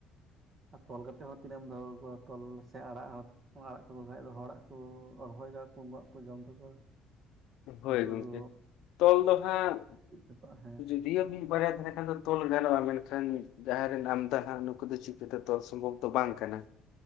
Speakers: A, on the right; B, on the left.
A: ᱟᱨ ᱛᱚᱞ ᱠᱟᱛᱮᱜ ᱦᱚᱸ ᱛᱤᱱᱟᱹᱜ ᱮᱢ ᱫᱚᱦᱚ ᱠᱚᱣᱟ ᱛᱚᱞ ᱥᱮ ᱟᱲᱟᱜ ᱦᱚᱸ ᱚᱱᱟ ᱟᱲᱟᱜ ᱠᱚᱠᱚ ᱠᱷᱟᱭ ᱫᱚ ᱦᱚᱲᱟᱜ ᱠᱚ ᱨᱚᱦᱚᱭ ᱫᱟ ᱠᱚ <unintelligible> ᱠᱚ ᱡᱚᱢ ᱛᱟᱠᱚᱣᱟ
B: ᱦᱳᱭ
A: ᱩᱱᱠᱩ
B: ᱜᱚᱝᱠᱮ
A: ᱠᱚ
B: ᱛᱚᱞ ᱫᱚ ᱦᱟᱸᱜ
A: ᱜᱩᱯᱤᱜ ᱛᱟᱠᱚᱣᱟ ᱦᱮᱸ
B: ᱡᱩ ᱫᱤᱭᱚ ᱢᱤᱜ ᱵᱟᱨᱭᱟ ᱛᱟᱦᱮᱸ ᱠᱷᱟᱱ ᱫᱚ ᱛᱚᱞ ᱜᱟᱱᱚᱜᱼᱟ ᱢᱮᱱᱠᱷᱟᱱ ᱡᱟᱦᱟᱸ ᱨᱮᱱ ᱟᱢᱫᱟ ᱦᱟᱸ ᱱᱩᱠᱩ ᱫᱚ ᱪᱤᱠᱟᱹᱛᱮ ᱛᱚᱞ ᱥᱚᱢᱵᱷᱚᱵ ᱛᱚ ᱵᱟᱝ ᱠᱟᱱᱟ᱾